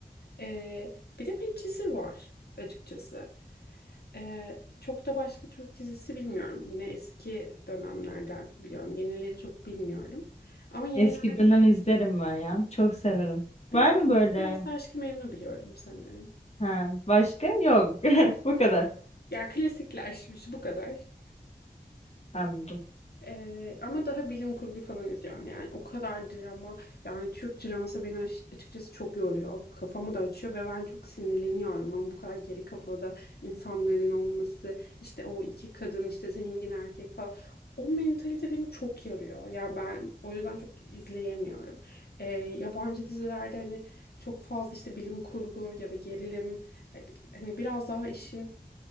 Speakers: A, on the left (about 85°); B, on the left (about 45°).
A: E, bir de Medcezir var açıkçası. E, çok da başka Türk dizisi bilmiyorum. Yine eski dönemlerden biliyorum. Yenileri çok bilmiyorum. Ama yeniler
B: Eski dönem izlerim ben ya. Çok severim. Var
A: biraz
B: mı böyle?
A: biraz da Aşk-ı Memnu biliyorum sanırım.
B: Ha, başka? Yok. <laughs> Bu kadar.
A: Ya klasiklermiş bu kadar.
B: Anladım.
A: Ee, ama daha bilim kurgu falan izliyorum yani. O kadar drama. Yani Türk draması beni aş- açıkçası çok yoruyor. Kafamı da açıyor ve ben çok sinirleniyorum. Ama bu kadar geri kafada insanların olması, işte o iki kadın, işte zengin erkek falan. O mentalite beni çok yarıyor. Yani ben o yüzden çok izleyemiyorum. Ee, yabancı dizilerde hani çok fazla işte bilim kurgu ya da gerilim. Hani hani biraz daha işin